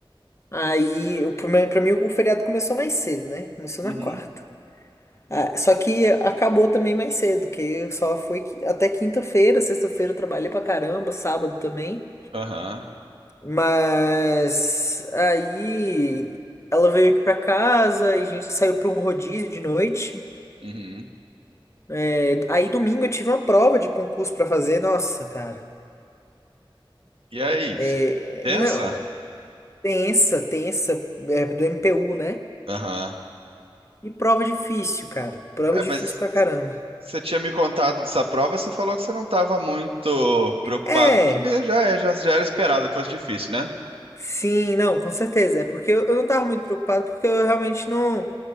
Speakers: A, on the left; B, on the right.
A: Aí, eu, pra mim, pra mim, o feriado começou mais cedo, né? Começou
B: uhum,
A: na quarta. Ah, só que acabou também mais cedo, que eu só foi até quinta-feira, sexta-feira eu trabalhei pra caramba, sábado também.
B: aham,
A: Mas aí ela veio aqui pra casa e a gente saiu pra um rodízio de noite.
B: uhum.
A: É, aí domingo eu tive uma prova de concurso pra fazer. Nossa, cara.
B: E aí?
A: É,
B: Tensa?
A: não, tensa, tensa, é, do MPU, né?
B: Aham.
A: E prova difícil, cara. Prova
B: É,
A: difícil
B: mas
A: pra caramba.
B: Você tinha me contado dessa prova, você falou que você não estava muito preocupado,
A: É.
B: que já é, já, já era esperado que fosse difícil, né?
A: Sim, não, com certeza. É porque eu, eu não tava muito preocupado, porque eu realmente não.